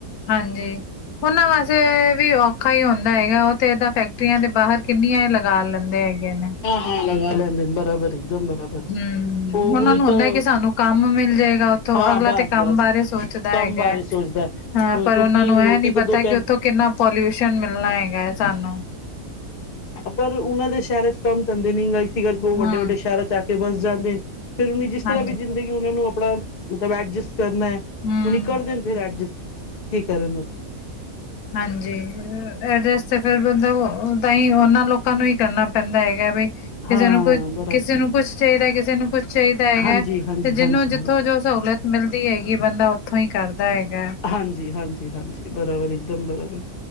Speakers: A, on the left; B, on the left.
A: ਹਾਂਜੀ, ਉਹਨਾਂ ਵਾਸਤੇ ਵੀ ਔਖਾ ਹੀ ਹੁੰਦਾ ਹੈਗਾ, ਉਹ ਤੇ ਇਹਦਾ ਫੈਕ ਟਰੀਆਂ ਦੇ ਬਾਹਰ ਕਿੰਨੀਆਂ ਲਗਾ ਲੈਂਦੇ ਹੈਗੇ ਨੇ,
B: ਹਾ ਲਗਾ ਲੈਦੇ ਨੇ ਬਰਾਬਰ ਏਕਦਮ ਬਰਾਬਰ
A: ਹੂੰ
B: ਉਹ
A: ਉਹਨਾਂ
B: ਉਹਨੀ
A: ਨੂੰ ਹੁੰਦਾ
B: ਤਾਂ
A: ਕਿ ਸਾਨੂੰ ਕੰਮ ਮਿਲ ਜਾਏਗਾ, ਉੱਥੋਂ
B: ਹਾਂ
A: ਅਗਲਾ
B: ਬਸ
A: ਤੇ ਕੰਮ
B: ਬਸ
A: ਬਾਰੇ ਸੋਚ ਦਾ
B: ਕੰਮ
A: ਹੈਗਾ
B: ਬਾਰੇ
A: ਹੈ,
B: ਸੋਚਦਾ
A: ਹਾਂ
B: ਕਿਉਂਕਿ
A: ਪਰ ਉਹਨਾਂ ਨੂੰ
B: ਰੋਟੀ
A: ਇਹ ਨੀ
B: ਤਾਂ ਦੋ
A: ਪਤਾ ਕਿ
B: ਟਾਈਮ
A: ਉੱਥੋਂ ਕਿੰਨਾ ਪੋਲਿਊਸ਼ਨ ਮਿਲਣਾ ਹੈਗਾ ਹੈ, ਸਾਨੂੰ
B: ਪਰ ਉਹਨਾਂ ਦੇ ਸ਼ਹਿਰਾਂ ਚ ਕੰਮ ਧੰਦੇ ਨਹੀਂ ਗਈ ਸੀ, ਕਰਕੇ
A: ਹੂੰ,
B: ਉਹ ਵੱਡੇ-ਵੱਡੇ ਸ਼ਹਿਰਾਂ ਚ ਆ ਕੇ ਬਸ ਜਾਂਦੇ ਨੇ, ਫਿਰ ਉਹੇ ਜਿਸ ਤਰ੍ਹਾਂ
A: ਹਾਂਜੀ,
B: ਵੀ ਜ਼ਿੰਦਗੀ ਉਹਨਾਂ ਨੂੰ ਆਪਣਾ ਮਤਲਬ ਐਡਜਸਟ ਕਰਨਾ ਹੈ।
A: ਹੂੰ।
B: ਉਨੀ ਕਰ ਦੇਣ ਫੇਰ ਐਡਜਸਟ ਕੀ ਕਰਨੇ
A: ਹਾਂਜੀ, ਐਡਰਸ ਫੇਰ ਮਤਲਬ ਹੀ ਉਹਨਾਂ ਲੋਕਾਂ ਨੂੰ ਹੀ ਕਰਨਾ ਪੈਂਦਾ ਹੈਗਾ, ਬ ਕਿਸੇ
B: ਹਾਂ
A: ਨੂੰ ਕੋਈ
B: ਬਰਾਬਰ
A: ਕਿਸੇ ਨੂੰ ਕੁੱਛ ਚਾਹੀਦਾ ਕਿਸੇ ਨੂੰ ਕੁਛ ਚਾਹੀਦਾ ਹੈਗਾ,
B: ਹਾਂਜੀ ਹਾਂਜੀ
A: ਤੇ ਜਿਹਨੂੰ
B: ਹਾਂਜੀ
A: ਜਿੱਥੋਂ
B: ਹਾਂਜੀ
A: ਜੋ ਸਹੂਲਤ ਮਿਲਦੀ ਹੈਗੀ ਬੰਦਾ ਉੱਥੋਂ ਹੀ ਕਰਦਾ। ਤਾਂ ਹੈਗਾ,
B: ਹਾਂਜੀ-ਹਾਂਜੀ-ਹਾਂਜੀ, ਬਰਾਬਰ ਇੱਕਦਮ ਬਰਾਬਰ,